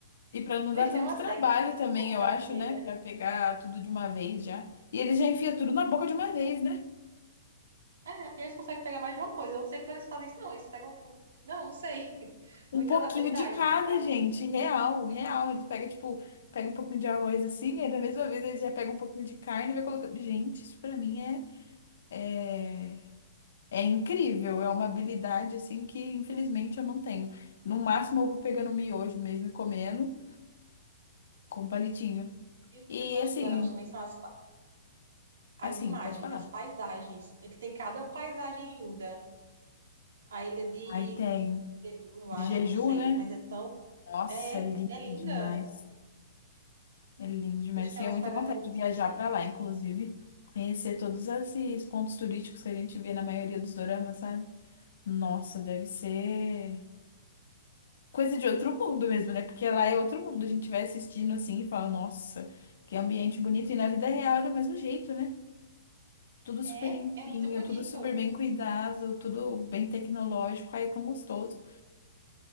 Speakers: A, on the left (about 70°); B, on the right (about 70°).
A: E para não
B: Eles
A: dar tanto
B: têm uma
A: trabalho
B: técnica muito
A: também,
B: boa
A: eu
B: pra
A: acho,
B: comer,
A: né?
B: né?
A: Para pegar tudo de uma vez já. E eles já enfiam tudo na boca de uma vez, né?
B: É, eles conseguem pegar mais de uma coisa. Eu não sei como eles fazem isso, não. Eles pegam. com- Não, não sei. <laughs>
A: Um
B: Muitas
A: pouquinho
B: habilidades
A: de cada,
B: pra mim.
A: gente. Real, real. Eles pegam, tipo, pega um pouquinho de arroz assim, aí da mesma vez eles já pegam um pouquinho de carne e vai colocando. Gente, isso pra mim é, é, é incrível.
B: Pois é.
A: É uma habilidade, assim, que infelizmente eu não tenho. No máximo eu vou pegando miojo mesmo e comendo com palitinho.
B: E o
A: E
B: que eu gosto
A: assim,
B: de Dorama também são as, pa- as
A: assim,
B: imagens,
A: pode falar.
B: as paisagens. É que tem cada paisagem linda. A ilha de
A: Aí tem
B: Jeju, eu
A: de
B: acho,
A: jejum,
B: não sei.
A: né?
B: Mas é tão.
A: Nossa,
B: É,
A: é lindo
B: é linda.
A: demais. É lindo demais.
B: Eles têm
A: Tenho
B: umas
A: muita
B: paisagens
A: vontade
B: muito
A: de viajar
B: bonitas.
A: para lá, inclusive, conhecer todos esses pontos turísticos que a gente vê na maioria dos doramas, sabe? Nossa, deve ser coisa de outro mundo mesmo, né? Porque lá é outro mundo. A gente vai assistindo assim e fala, nossa, que ambiente bonito. E na vida real é do mesmo jeito, né? Tudo super
B: É,
A: limpinho,
B: é muito bonito.
A: tudo super bem cuidado, tudo bem tecnológico. aí é tão gostoso.